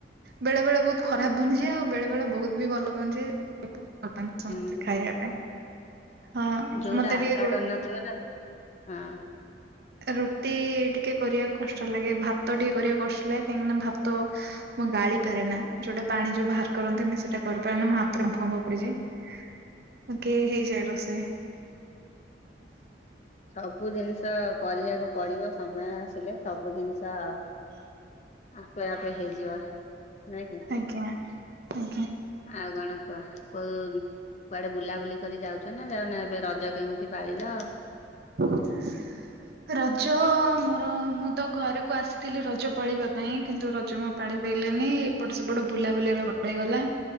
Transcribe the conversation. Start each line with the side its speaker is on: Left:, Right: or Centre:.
Right: ବେଳେ ବେଳେ ବହୁତ ଖରାପ ବନିଯାଏ ଆଉ ବେଳେ ବେଳେ ବହୁତ ବି ଭଲ ବନିଯାଏ। ଭଲ ପାଆନ୍ତି ସମସ୍ତେ
Left: ହୁଁ
Right: ଖାଇବା ପାଇଁ ହଁ
Left: ଯୋଉଟା
Right: ମତେ ଟିକେ
Left: ଆଶା
Right: ରୋ
Left: କରିନଥିବ ନା ହଁ
Right: ରୁଟି ଟିକେ କରିବାକୁ କଷ୍ଟ ଲାଗେ ଭାତ ଟିକେ କରିବାକୁ କଷ୍ଟ ଲାଗେ କାହିଁକିନା ଭାତ ମୁଁ ଗାଳି ପାରେ ନାଁ ଯୋଉଟା ପାଣି ଯୋଉ ବାହାର କରନ୍ତିନି ସେଟା କରିପାରେ ନା ମୋ ହାତରେ ବାମ୍ଫଫାମ୍ପ ପଡିଯାଏ। ଓକେ ହେଇଯାଏ ରୋଷେଇ।
Left: ସବୁ ଜିନିଷ କରିବାକୁ ପଡିବ ସମୟ ଆସିଲେ ସବୁ ଜିନିଷ ଆପେ ଆପେ ହେଇଯିବ ନାଇଁ କି
Right: ଆଜ୍ଞା ଆଜ୍ଞା
Left: ଆଉ କଣ କୁହ କ କୁଆଡେ ବୁଲାବୁଲି କରି ଯାଉଛ ନା ଯାଉନା ଏବେ ରଜ କେମିତି ପାଳିଲ?
Right: <unintelligible> ରଜ ମୋର ମୁଁ ତ ଘରକୁ ଆସିଥିଲି ରଜ ପାଳିବା ପାଇଁ କିନ୍ତୁ ରଜ ମୋ ପାଣି ପାଇଲିନି ଏପଟ ସେପଟ ବୁଲାବୁଲି କଟିଗଲା